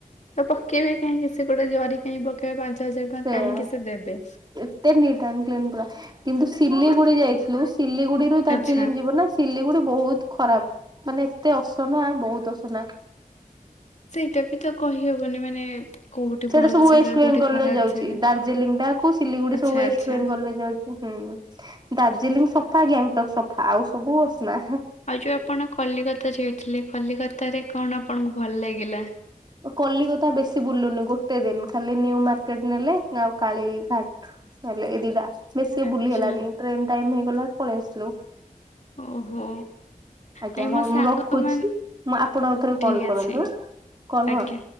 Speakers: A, on the left; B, on the right.
A: ତ ପକେଇବେ କାହିଁକି ସେ ଗୋଟେ ଜରି କାଇଁ ପକେଇବେ ପାଞ୍ଚ ହଜାର ଟଙ୍କା
B: ସେଇଆ
A: କାହିଁକି ସେ ଦେବେ।
B: ଏତେ ନିଟ୍ ଆଣ୍ଡ କ୍ଲିନ୍ ପୁରା କିନ୍ତୁ ସିଲିଗୁଡି ଯାଇଥିଲୁ ସିଲିଗୁଡିରୁୁ ଦାର୍ଜିଲିଂ
A: ଆଚ୍ଛା
B: ଯିବ ନା। ସିଲିଗୁଡି ବହୁତ ଖରାପ ମାନେ ଏତେ ଅସନା ବହୁତ ଅସନା।
A: ସେଇଟା ବି ତ କହିହବନି ମାନେ କୋଉଠି
B: ସେଇଟା
A: ଭଲ
B: ସବୁ
A: ଜାଗା
B: ୱେଷ୍ଟବେଙ୍ଗଲ
A: କୋଉଠି ଖରାପ
B: ରେ ଯାଉଚି,
A: ଜାଗା।
B: ଦାର୍ଜିଲିଂ ଟାକୁ ସିଲିଗୁଡି
A: ଆଚ୍ଛା
B: ସବୁ ୱେଷ୍ଟବେେଙ୍ଗଲ
A: ଆଚ୍ଛା
B: ରେ ଯାଉଚି। ହୁଁ ଦାର୍ଜିଲିଂ ସଫା ଗ୍ୟାଙ୍ଗଟକ ସଫା ଆଉ ସବୁ ଅସନା।
A: ଆଉ ଯୋଉ ଆପଣ କଲିକତା ଯାଇଥିଲେ କଲିକତା ରେ କଣ ଆପଣଙ୍କୁ ଭଲ ଲାଗିଲା?
B: କଲିକତା ବେଶୀ ବୁଲୁନି ଗୋଟେ ଦିନ ଖାଲି ନିଉ ମାର୍କେଟ ନେଲେ ଆଉ କାଳିଘାଟ। ହେଲେ ଏ ଦିଟା ବେଶି
A: ଆଚ୍ଛା
B: ବୁଲି ହେଲାନି ଟ୍ରେନ ଟାଇମ ହେଇଗଲା ପଳେଇ ଆସିଲୁ।
A: ଓହୋ।
B: ଆଜ୍ଞା
A: ନାଇଁ
B: ହଁ
A: ମୋ ସାଙ୍ଗ
B: ମୁଁ ରଖୁଛି
A: ମାନେ
B: ମୁଁ ଆପଣ ଆଉ ଥରେ
A: ଠିକ
B: କଲ କରନ୍ତୁ
A: ଅଛି
B: କଲ
A: ଆଜ୍ଞା।
B: ହଁ।